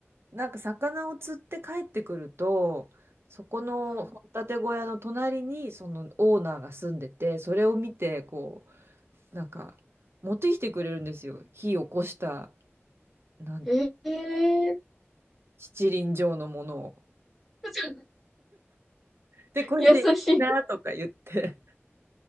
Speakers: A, on the right; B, in the centre.
A: なんか魚を釣って帰ってくると、そこの掘ったて小屋の隣にそのオーナーが住んでて、
B: は
A: それを見て、こう、なんか持ってきてくれるんですよ。火起こした、なん、
B: いえー、
A: 七輪状のものを。
B: <laughs>
A: で、これでいいなとか言って。
B: 優しい。